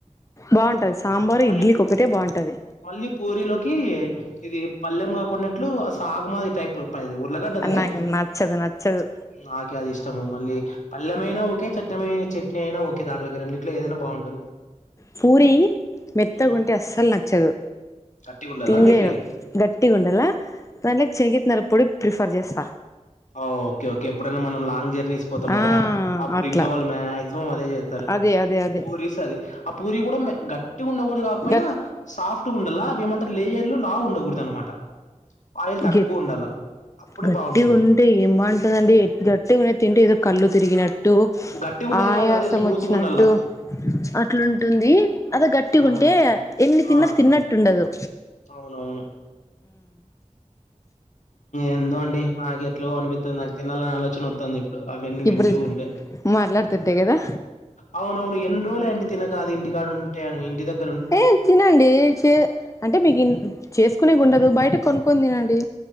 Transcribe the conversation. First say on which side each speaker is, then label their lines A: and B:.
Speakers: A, on the left (about 25°); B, on the left (about 75°).
A: బాగుంటది సాంబారు
B: మళ్ళీ
A: ఇడ్లీకి
B: పు
A: ఒకటే బాగుంటది
B: మళ్ళీ పూరీలోకి ఇది పల్లెంగాకున్నట్లు సాగుమాది టైపు అది ఊర్లగడ్డనె
A: అది నాకు నచ్చదు నచ్చదు
B: నాకి అది ఇష్ ష్టము. మళ్ళీ పల్లెమైన ఓకే చట్టమ చట్నీ అయినా ఒకే దాంట్లోకి రెండిట్లో ఏదైనా బాగుంటుంది.
A: పూరి మెత్తగుంటే
B: ఉమ్
A: అస్సలు నచ్చదు.
B: గట్టిగా ఉండాలా
A: తినలేను
B: మీకి
A: గట్టిగ ఉండల్లా దానిలకి శనిగిత్తనాల పొడి ప్రిఫర్ చేస్తా
B: ఓ ఓకే ఓకే ఎప్పుడైనా మనం లాంగ్ జర్నీస్ పోతాం
A: ఆ
B: కదా అప్పుడు
A: అట్లా
B: ఇంట్లో వాళ్ళు మ్యా సో అదే చేస్తారు.
A: అదే అదే అదే
B: పూరీస్ అది ఆ పూరి కూడా గట్టి ఉండ కూడదు కూడి కాకపోయినా
A: గట్
B: సాఫ్ట్ ట్టిగ ఉండాలా అవి ఏమంటరు. లేయర్లు లావుగ ఉండకూడదు. అన్మాట ఆయిల్ తక్కువ
A: గట్
B: ఉండల్ల అప్పుడే
A: గట్టిగా
B: బాగుంటుంది.
A: ఉంటే ఏం బాగుంటదండి. గట్టిగ ఉంటే తింటే ఏదో కళ్లు తిరిగినట్టు
B: గట్టిగా ఉండేది
A: ఆయాసం
B: కాదు అదే స్మూత్గా
A: వోచ్చినట్టు
B: ఉండాల
A: అట్లుంటుంది. అదే గట్టి ఉంటే
B: అవును
A: ఎన్ని
B: ఆ
A: తిన్నట్టు తిన్నట్టుండదు.
B: అవునవును. ఎందొ అండి. నాకు ఎట్లో అనిపిత్తంది. నాకు తీనాలని ఆలోచన వోత్తంది. ఇప్పుడు అవన్నీ
A: ఇప్పుడు
B: వింటూ ఉంటే
A: మాట్లాడుతుంటే కదా
B: అవున అవును ఎన్నీ రోజులు అయే తినకా అది ఇంటి కాడుంటె ఇంటి దగ్గ
A: ఏ తినండి. చే అంటే మీకు చేసుకునే ఉండదు బయట కొనుక్కో క్కోని తినండి.